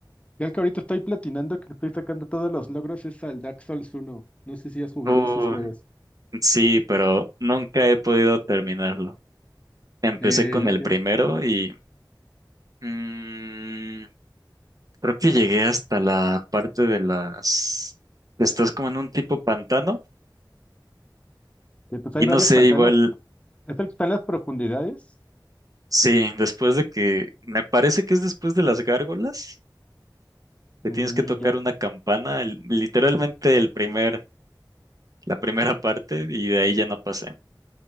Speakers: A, on the left; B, on the right.
A: Ya el que ahorita estoy platinando, que le estoy sacando todos los logros, es al Dark Souls 1. No sé si has jugado
B: Uh,
A: esos juegos.
B: sí, pero nunca he podido terminarlo. Empecé
A: El,
B: con el
A: eh,
B: primero y... mm, Creo que llegué hasta la parte de las... Estás como en un tipo pantano
A: que, pues
B: y
A: hay
B: no
A: varios
B: sé,
A: pantanos.
B: igual,
A: ¿Es el que está en las profundidades?
B: sí, después de que... Me parece que es después de las gárgolas, que
A: Mm,
B: tienes que tocar
A: ya.
B: una campana, el- literalmente el primer, la primera parte y de ahí ya no pasé.